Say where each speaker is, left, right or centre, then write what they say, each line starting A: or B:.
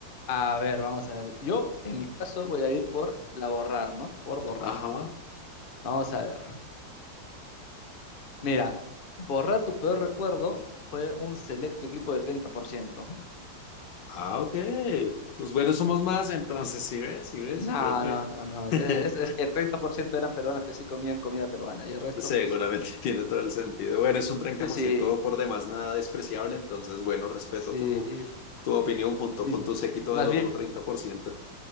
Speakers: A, on the left (about 45°); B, on the left (about 75°).
A: A ver, vamos a ver. Yo, en mi caso, voy a ir por la borrar, ¿no? Por borrar.
B: Ajá,
A: Vamos a ver. Mira, borrar tu peor recuerdo fue un selecto equipo de 30%.
B: ah, ok. Los buenos somos más, entonces, ¿sí ves? ¿Sí ves?
A: No,
B: Yo Creo que
A: no, no, no.
B: <laughs>
A: Es, es que el 30% eran peruanos que sí comían comida peruana y el resto,
B: seguramente
A: pues,
B: tiene todo el sentido. Bueno, es un treinta por
A: Sí,
B: ciento por demás, nada despreciable, entonces, bueno, respeto
A: sí,
B: tu, tu opinión junto
A: sí.
B: con tu séquito
A: Más
B: del otro
A: bien,
B: treinta por ciento